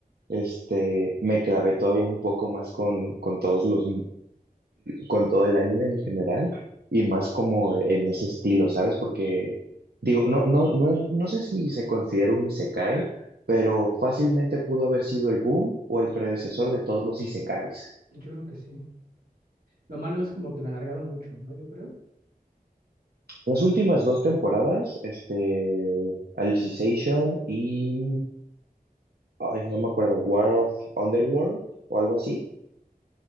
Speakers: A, on the right; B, on the right.
A: este, me clavé todavía un poco más con, con todos los, con todo el anime en general y más como en ese estilo, ¿sabes? Porque digo, no, no, no, es- no sé si se considera un isekai, pero fácilmente pudo haber sido el boom o el predecesor de todos los isekais.
B: Yo creo que sí. Lo malo es como que lo alargaron mucho, ¿no? Yo creo.
A: Las últimas dos temporadas, este, Alicization y, ay, no me acuerdo, War of Underworld o algo así,